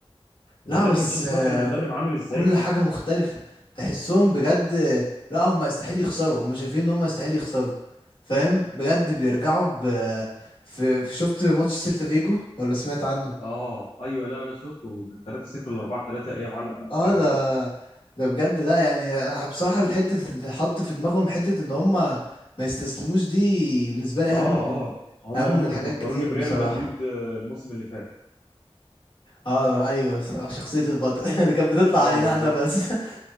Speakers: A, on the left; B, on the left.
A: ولكن
B: لا بس
A: شوف
B: آه،
A: فرق المدرب عامل ازاي
B: كل حاجه مختلفه تحسهم بجد آه، لا هم يستحيل يخسروا هم شايفين ان هم يستحيل يخسروا فاهم بجد بيرجعوا ب في في- شفت ماتش سيلتا فيجو ولا سمعت عنه
A: اه ايوه لا لا لا شفته من 3-0 ل 4-3 ايه يا معلم
B: اه
A: اللي انتوا بتعملوه
B: ده
A: ده
B: ده بجد لا يعني انا بصراحه الحته اللي حط في دماغهم حته ان هم ما يستسلموش دي بالنسبه لي اهم
A: اه
B: من
A: اه هم
B: اهم
A: هم
B: من
A: بيفكروني
B: حاجات كتير
A: بريال
B: بصراحه
A: مدريد آه، الموسم اللي فات
B: اه ايوه ص- شخصيه البطل <laughs> اللي كانت بتطلع
A: اه
B: علينا
A: بالظبط
B: احنا بس <laughs>